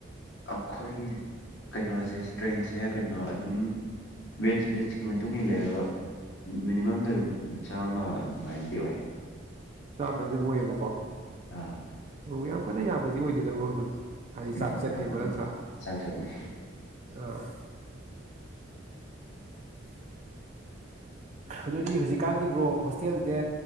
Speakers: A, on the left (about 60°); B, on the right (about 35°).
A: ꯑꯩꯈꯣꯏ ꯀꯩꯅꯣꯖ‌ꯦ ꯏꯁꯇ꯭ꯔꯦꯡꯁꯦ ꯀꯩꯅꯣ ꯑꯗꯨꯝ ꯕꯦꯆ ꯕꯦꯆꯀꯤ ꯃꯇꯨꯡ ꯏꯜꯂꯦ ꯑꯗꯣ ꯃꯤꯅꯤꯃꯝꯗ ꯑꯗꯨꯝ ꯆꯥꯝꯃ ꯑꯗꯨꯃꯥꯏꯅꯗꯤ ꯑꯣꯏ
B: ꯆꯥꯝꯃꯁꯦ ꯑꯝ ꯑꯣꯏꯕꯀꯣ
A: ꯑꯥ
B: ꯑꯣ ꯌꯥꯝ ꯀꯟꯅ ꯌꯥꯝꯕꯗꯤ ꯑꯣꯏꯗꯦꯗ ꯕ꯭ꯔꯣ ꯑꯗꯨꯝ ꯍꯥꯏꯗꯤ
A: ꯎꯝ
B: ꯆꯥꯡꯆꯠꯅꯦꯕ
A: ꯌꯥꯝ ꯀꯟꯅ
B: ꯅꯠꯇ꯭ꯔꯥ
A: ꯆꯥꯡꯆꯠꯅꯤ
B: ꯑꯥ ꯑꯗꯨꯗꯤ ꯍꯨꯖꯤꯛꯀꯥꯟꯗꯤ ꯕ꯭ꯔꯣ ꯍ‌ꯣꯁ ꯇꯦꯜꯗ